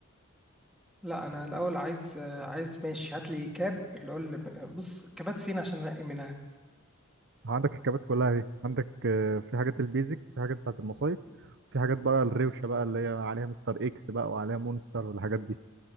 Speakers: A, in the centre; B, on the right.
A: لا انا الاول عايز عايز ماشي هات لي كاب اللي هو اللي بص الكابات فين عشان انقي منها
B: أه، عندك الكبات كلها اهي عندك آه، في حاجات البيزك في حاجات بتاعت المصايف في حاجات بقى الروشه بقى اللي هي عليها مستر اكس بقى وعليها مونستر والحاجات دي